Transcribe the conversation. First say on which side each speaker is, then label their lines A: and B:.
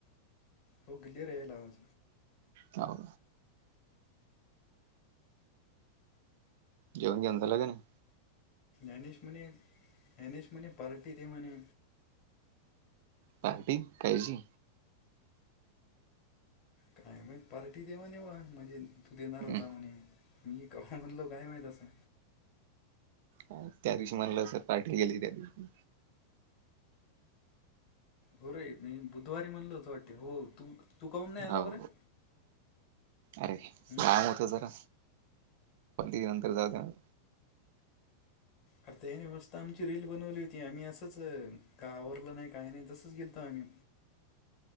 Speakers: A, on the left; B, on the right.
A: हो क्लिअर येईला आवाज.
B: हाऊ. जेवन घेऊन झाला की नही?
A: ह्यांनीच म्हणे ह्यांनीच म्हणे पार्टी दे म्हने.
B: पार्टी? कायची?
A: काय माहित? पार्टी दे म्हणे वाघ. म्हणजे तू देणार
B: हम्म.
A: होता म्हणे. मी कव्हा म्हणलो काय माहित असं?
B: अं, त्या दिवशी म्हणाला असल पार्टी केली त्या दिवशी.
A: हो रे मी बुधवारी म्हणलो होत वाटते. हो तू तू काऊन नाही
B: हो
A: आला बरं?
B: अरे
A: हं?
B: काम होत जरा. पण ते नंतर जाऊ
A: अरे तेहीनी मस्त आमची रील बनवली होती. आम्ही असंच काही आवरलं नाही काही नाही. तसच गेलतो आम्ही.